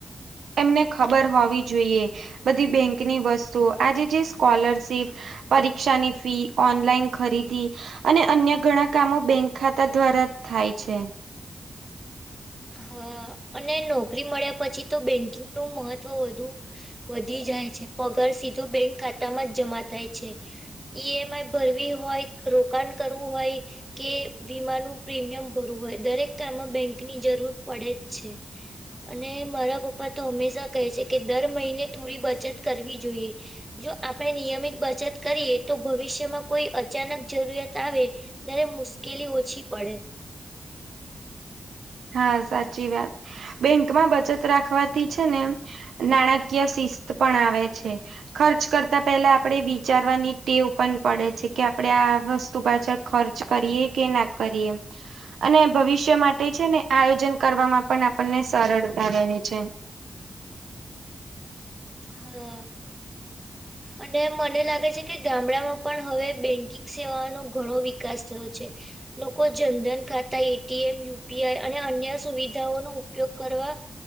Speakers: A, on the right (about 80°); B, on the right (about 15°).
A: એમને ખબર હોવી જોઈએ બધી બેંકની વસ્તુ આજે જે સ્કોલરશીપ પરીક્ષાની ફી ઓનલાઈન ખરીદી અને અન્ય ઘણા કામો બેંક ખાતા દ્વારા થાય છે.
B: હ અને નોકરી મળ્યા પછી તો બેંકિંગ નું મહત્વ વધુ વધી જાય છે પગાર સીધો બેંક ખાતામાં જ જમા થાય છે. ઈ એમ આઈ ભરવી હોય રોકાણ કરવું હોય કે વીમાનું પ્રીમિયમ ભરવું હોય દરેક કમાં બેંકની જરૂર પડે જ છે અને મારા પપ્પા તો હંમેશા કહે છે કે દર મહિને થોડી બચત કરવી જોઈએ જો આપણે નિયમિત બચત કરીએ તો ભવિષ્યમાં કોઈ અચાનક જરૂરિયાત આવે ત્યારે મુશ્કેલી ઓછી પડે
A: હા સાચી વાત બેંકમાં બચત રાખવાથી છે ને નાણાકીય શિસ્ત પણ આવે છે. ખર્ચ કરતા પેલા આપણેે વિચારવાની ટેવ પણ પડે છે કે આપડે આ વસ્તુ પાછળ ખર્ચ કરી કે ના કરીએ અને ભવિષ્ય માટે છે ને આયોજન કરવામાં પણ આપણને સરળતા રહે છે.
B: હમ્મ અને મને લાગે છે કે ગામડામાં પણ હવે બેંકિંગ સેવાનો ઘણો વિકાસ થયો છે. લોકો જનધન ખાતા A T M U P I અને અન્ય સુવિધાઓનો ઉપયોગ કરવા